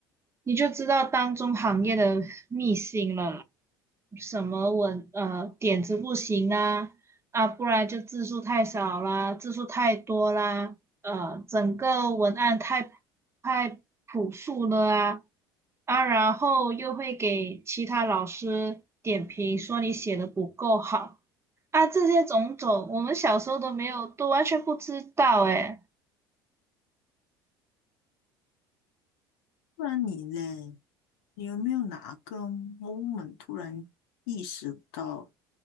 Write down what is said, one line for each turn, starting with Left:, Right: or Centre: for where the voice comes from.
Right: 你就知道当中行业的秘辛了啦。什么文呃点子不行啊啊，不然就字数太少啦，字数太多啦。呃，整个文案太太朴素了啊啊，然后又会给其他老师点评，说你写的不够好啊，这些种种，我们小时候都没有，都完全不知道诶。
Left: 不然你嘞，你有没有哪个 moment 突然意识到？